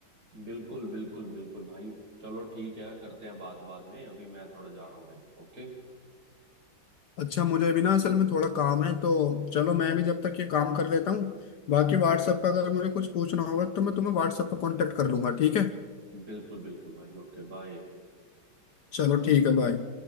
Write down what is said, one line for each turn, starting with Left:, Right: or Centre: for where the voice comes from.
Right: बिल्कुल बिल्कुल बिल्कुल भाई चलो ठीक है करते हैं बात बाद में अभी मैं थोड़ा जा रहा हूँ कहीं ओके
Left: अच्छा मुझे भी ना असल में थोड़ा काम है तो चलो मैं भी जब तक ये काम कर लेता हूँ बाकी व्हाट्सएप पर अगर मुझे कुछ पूछना होगा तो मैं तुम्हें व्हाट्सएप पर कांटेक्ट कर लूंगा ठीक है
Right: बिल्कुल बिल्कुल भाई ओके बाय
Left: चलो
Right: बाय।
Left: ठीक है बाय